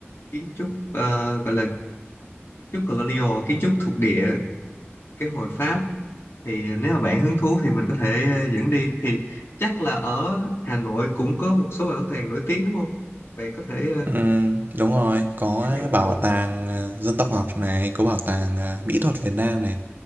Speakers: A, on the left; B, on the right.
A: kiến trúc ờ, gọi là kiến trúc colonial kiến trúc thuộc địa cái hồi Pháp thì ờ, nếu mà bạn hứng thú thì mình có thể ờ, dẫn đi thì chắc là ở Hà Nội cũng có một số bảo tàng nổi tiếng đúng không bạn có thể ờ,
B: Ừm, đúng rồi, có
A: giới thiệu mình
B: bảo
A: được
B: tàng
A: không
B: ờ, dân tộc học này, có bảo tàng ờ, mỹ thuật Việt Nam này.